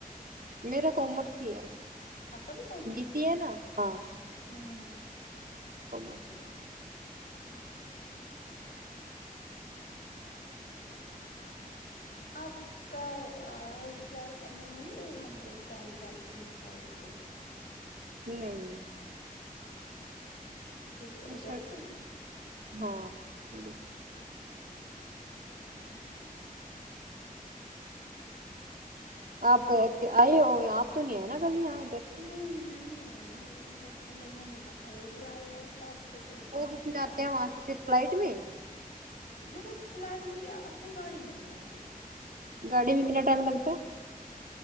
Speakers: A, on the right; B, on the left.
A: میرا کومرسی ہے
B: آپ کابھی کوم مار
A: بی سی
B: ہے
A: نا ہاں
B: ہوں
A: کامرس
B: ٹھیک اوکے اچھی بات ہے پھر ٹھیک ہے آپ کا رشتے دار ہے مل نہیں ہے یہاں مطلب دہلی والی جموں سائڈ سے
A: نہیں
B: پھر کیا ادھر
A: سر
B: سے ہی
A: ہاں <inaudible>
B: اچھا ٹھیک
A: آپ آئے ہو آپ تو نہیں آئے نا کبھی یہاں ادھر
B: نہیں نہیں میں نہیں آئی ہوں مطلب اب میرے ممی پاپا ہے وہ بھی آئے ہیں تب جب
A: وہ
B: مما
A: کس لیے
B: کی
A: آتے
B: آئس
A: ہیں وہاں سے پھر فلائٹ میں
B: مطلب فلائٹ میں بھی آتے ہیں گاڑی میں بھی آتے ہیں
A: گاڑی میں کتنا ٹائم لگتا ہے